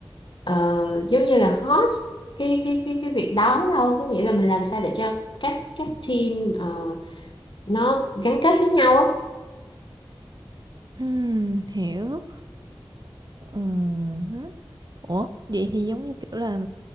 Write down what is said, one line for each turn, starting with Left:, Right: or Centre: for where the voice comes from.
Left: ờ, giống như là host cái cái cái cái việc đó đâu có nghĩa là mình làm sao để cho các các team ờ, nó gắn kết với nhau á
Right: Ừm, hiểu Ừm. ủa vậy thì giống như kiểu là